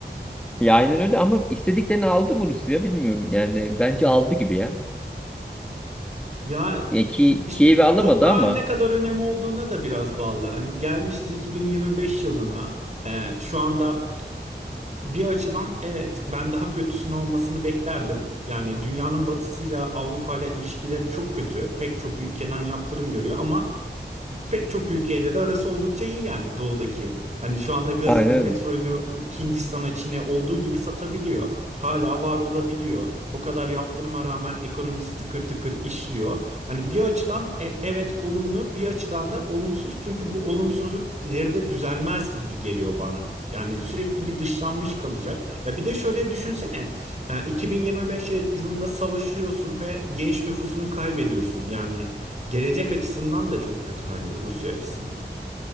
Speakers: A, in the centre; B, on the right (about 40°).
A: Ya aynen öyle ama istediklerini aldı mı Rusya bilmiyorum. Yani bence aldı gibi ya.
B: Ya
A: Ya ki
B: işte
A: Kiev'i alamadı
B: toprağın
A: ama
B: ne kadar önemi olduğuna da biraz bağlı. Hani gelmişiz 2025 yılına. Ee, şu anda bir açıdan evet ben daha kötüsünü olmasını beklerdim. Yani dünyanın batısıyla Avrupa ile ilişkileri çok kötü. Pek çok ülkeden yaptırım görüyor ama pek çok ülkeyle de arası oldukça iyi yani doğudaki. Hani şu anda gazını,
A: Aynen öyle.
B: petrolünü Hindistan'a, Çin'e olduğu gibi satabiliyor. Hala var olabiliyor. O kadar yaptırıma rağmen ekonomisi tıkır tıkır işliyor. Hani bir açıdan e- evet olumlu, bir açıdan da olumsuz. Çünkü bu olumsuzluk ileride düzelmez gibi geliyor bana. Yani sürekli bir dışlanmış kalacak. Ya bir de şöyle düşünsene. e, 2025 yılında savaşıyorsun ve genç nüfusunu kaybediyorsun. Yani Gelecek açısından da çok kötü bence Rusya açısından.